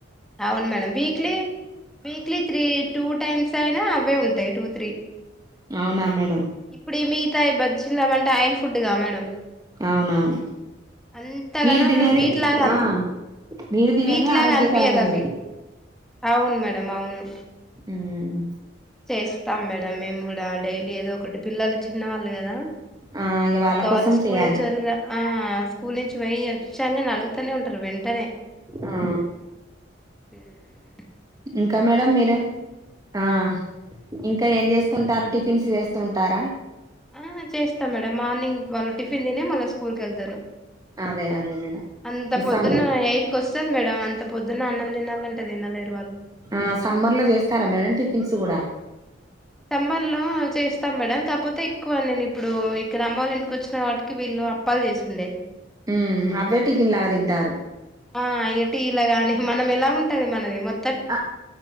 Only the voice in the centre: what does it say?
అవును madam weekly weekly three two times అయినా అవ్వే ఉంటాయి టూ త్రీ
ఇప్పుడు మిగతాయ్ బ చిన్నావంటే ఆయిల్ ఫుడ్గా మేడం
అంతగానం
వీటిలాగా అని
వీట్లాగా
అనిపియదవి అవును మేడం అవును
చేస్తాం మేడం మేము కూడా డైలీ ఏదో ఒకటి పిల్లలు చిన్న వాళ్ళు కదా
ఇంకా
వాళ్ళు స్కూల్
నుంచి ఓర్ ఆ ఆ స్కూల్ నుంచి పోయి వచ్చంగానే అలుగు తనే ఉంటారు వెంటనే
మ్
ఆ చేస్తా మేడం మార్నింగ్ వాళ్ళు టిఫిన్ తినే మళ్ళ స్కూల్కి వెళ్తాది
అంత పొద్దున్న
ఎయిట్కోస్తది మేడం అంత పొద్దున్న అన్నం తినాల అంటే తినలేర్
సమ్మర్ లో చేస్తాం మేడం కాకపోతే ఎక్కువ నేను ఇప్పుడు ఇక్కడ అమ్మ వాళ ఇంటికి వచ్చిన వాటికి వీళ్ళు అప్పాలు చేసిండే
ఆ ఇగ టి లా గాని మనం ఎలా ఉంటది మనది మొ